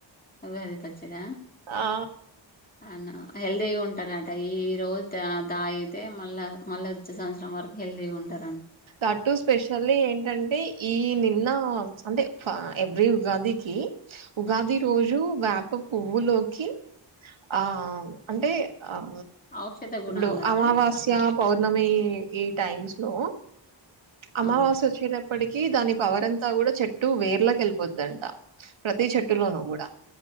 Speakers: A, on the left; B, on the right.
A: ఉగాది పచ్చడ
B: ఆ
A: అ హెల్తీగా ఉంటారట ఈ రోజు తాగుతే మళ్ళా మళ్ళీ వచ్చే సంవత్సరం వరకు హెల్దీ ఉంటరు
B: అటు స్పెషల్లీ ఏంటంటే ఈ నిన్న అంటే ఎవ్రీ ఉగాదికి ఉగాది రోజు వేప పువ్వులోకి ఆ అంటే ఆ
A: ఔషధ గుణాలాగా
B: లో అమావాస్య
A: పనిచేస్తారు
B: పౌర్ణమి ఈ టైమ్స్ లో అమావాస్య
A: అవును
B: వచ్చేటప్పటికి దాని పవరంతా కూడా చెట్టు వేర్లాకి వెళ్ళిపోతదంట ప్రతి చెట్టులోనూ కూడా